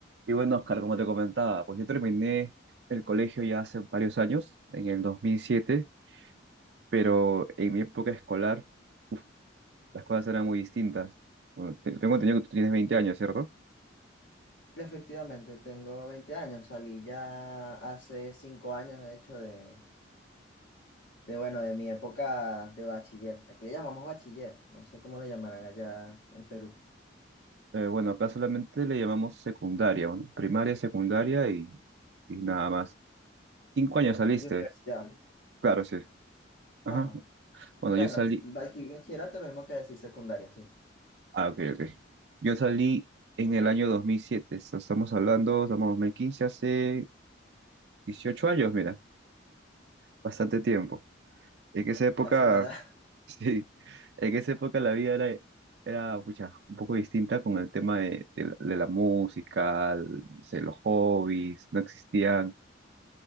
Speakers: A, on the right (about 60°); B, on the left (about 75°).
A: Y bueno, Oscar, como te comentaba, pues yo terminé el colegio ya hace varios años, en el 2007, pero en mi época escolar, uf, las cosas eran muy distintas. Bueno, te- tengo entendido que tú tienes 20 años, ¿cierto?
B: Efectivamente, tengo 20 años, salí ya hace 5 años, de hecho, de, de, bueno, de mi época de bachiller. Aquí le llamamos bachiller, no sé cómo lo llamarán allá en Perú.
A: Eh, bueno, acá solamente le llamamos secundaria, bueno, primaria, secundaria y, y nada más. Cinco años saliste,
B: Y universidad.
A: claro, sí. Ajá.
B: Ajá.
A: Bueno,
B: Bueno,
A: yo salí,
B: es- aquí bachillerato es lo mismo que decir secundaria, sí.
A: ah, ok, ok. Yo salí en el año 2007, estamos hablando, estamos en 2015, hace 18 años, mira, bastante tiempo. En esa época,
B: Casi mi edad. <laughs>
A: <laughs> sí, en esa época la vida era, era pucha, un poco distinta con el tema de, de la de la música, el- no sé, los hobbies, no existían,